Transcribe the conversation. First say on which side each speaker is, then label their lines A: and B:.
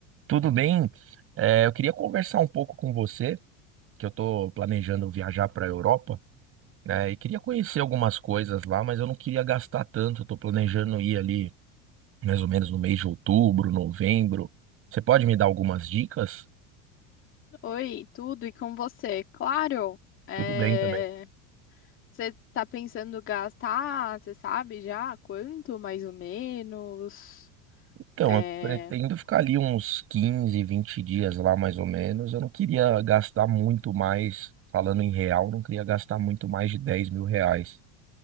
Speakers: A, on the right; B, on the left.
A: Tudo bem? É, eu queria conversar um pouco com você, que eu estou planejando viajar para a Europa, né? E queria conhecer algumas coisas lá, mas eu não queria gastar tanto. Eu tô planejando ir ali mais ou menos no mês de outubro, novembro. Você pode me dar algumas dicas?
B: Oi, tudo e com você? Claro, é,
A: Tudo bem também.
B: você tá pensando gastar, você sabe já quanto, mais ou menos?
A: Então,
B: É,
A: eu pretendo ficar ali uns 15, 20 dias lá mais ou menos. Eu não queria gastar muito mais, falando em real, não queria gastar muito mais de dez mil reais,